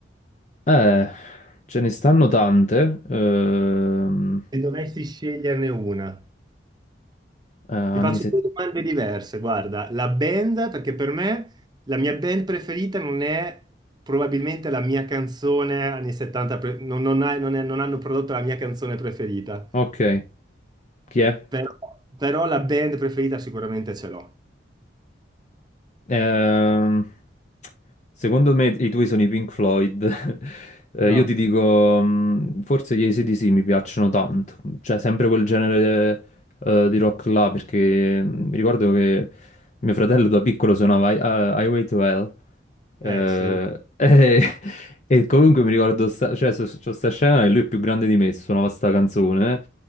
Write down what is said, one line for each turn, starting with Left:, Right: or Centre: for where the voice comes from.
Left: Eh, ce ne stanno tante. ehm,
Right: Se dovessi sceglierne una.
Left: eh, anni
Right: Ti faccio
Left: 70.
Right: due domande diverse. Guarda, la band, perché per me la mia band preferita non è probabilmente la mia canzone anni 70, pre- non, non ha- non è- non hanno prodotto la mia canzone preferita,
Left: Ok, chi è?
Right: però, però la band preferita sicuramente ce l'ho.
Left: Ehm, secondo me i tuoi sono i Pink Floyd. <laughs> Eh,
Right: No.
Left: io ti dico, mh, forse gli AC/DC mi piacciono tanto, cioè sempre quel genere eh, di rock là, perché mh, mi ricordo che mio fratello da piccolo suonava Hi- eh, Highway to Hell. Eh,
Right: Eh sì,
Left: e, <laughs> e comunque mi ricordo, sta, cioè, so- c'ho sta scena e lui è più grande di me, suonava sta canzone